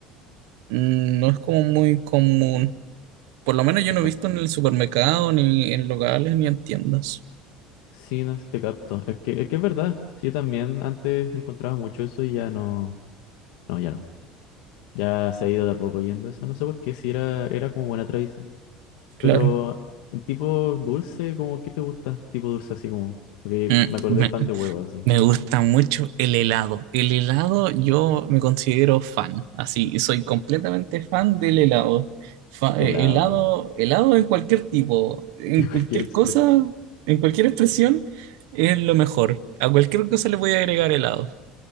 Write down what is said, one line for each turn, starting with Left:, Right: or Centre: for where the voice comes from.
Right: no es como muy común. Por lo menos yo
Left: Te
Right: no
Left: capto.
Right: he visto en el supermercado, ni en locales, ni en tiendas.
Left: Sí, no, te capto, es que, es que es verdad, sí, yo también antes encontraba mucho eso y ya no, no, ya no. Ya se ha ido de a poco yendo eso, no sé por qué, si era, era como buena tradición.
Right: Claro.
Left: Pero en tipo dulce, como qué te gusta? Tipo dulce así como, porque
Right: Mm,
Left: me acordé
Right: me-
Left: del pan de huevo así,
Right: Me gusta mucho el helado. El helado yo me considero fan, así, soy completamente fan del helado. Fa-
Left: helado,
Right: eh, helado, helado en cualquier tipo, en
Left: <laughs> que cualquier
Right: cualquier
Left: expresión.
Right: cosa, en cualquier expresión, es lo mejor. A cualquier cosa le voy a agregar helado.